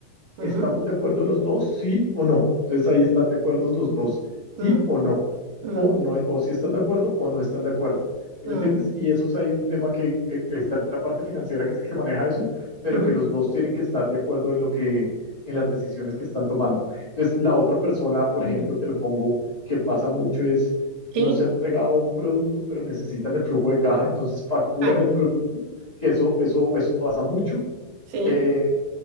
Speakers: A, on the left; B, on the right.
A: ¿Estamos
B: ujú,
A: de acuerdo los dos? Sí o no. Entonces ahí están de acuerdo los dos,
B: mm,
A: sí o no.
B: mm,
A: O, no, o si están de acuerdo o no están de acuerdo. ¿Sí
B: mm.
A: me entiendes? Y eso es ahí un tema que eh, está la parte financiera que es el que maneja eso, pero
B: Ujú,
A: que los dos tienen que estar de acuerdo en lo que, en las decisiones que están tomando. Entonces, la otra persona, por
B: ujú.
A: ejemplo, te lo pongo, que pasa mucho es, no
B: Sí,
A: se ha entregado un producto, pero necesitan el flujo de caja, entonces facturan
B: claro,
A: el producto que eso, eso, eso pasa mucho.
B: sí,
A: Eh,